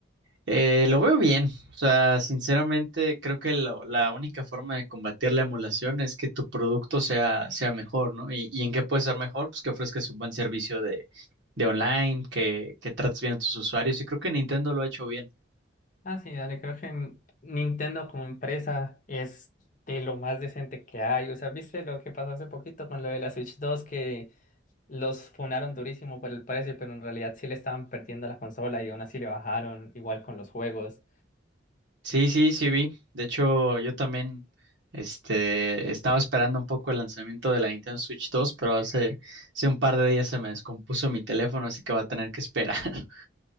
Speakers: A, on the right; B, on the left.
A: Eh, lo veo bien. O sea, sinceramente, creo que lo- la única forma de combatir la emulación es que tu producto sea, sea mejor, ¿no? ¿Y, y en qué puede ser mejor? Pues que ofrezcas un buen servicio de, de online, que, que trates bien a tus usuarios. Y creo que Nintendo lo ha hecho bien.
B: Ah, sí, dale, creo que en- Nintendo como empresa es de lo más decente que hay. O sea, ¿viste lo que pasó hace poquito con lo de la Switch dos que los funaron durísimo por el precio, pero en realidad sí le estaban perdiendo la consola y aún así le bajaron, igual con los juegos?
A: Sí, sí, sí vi. De hecho, yo también este, estaba esperando un poco el lanzamiento de la Nintendo Switch dos pero hace, hace un par de días se me descompuso mi teléfono, así que va a tener que esperar. <laughs>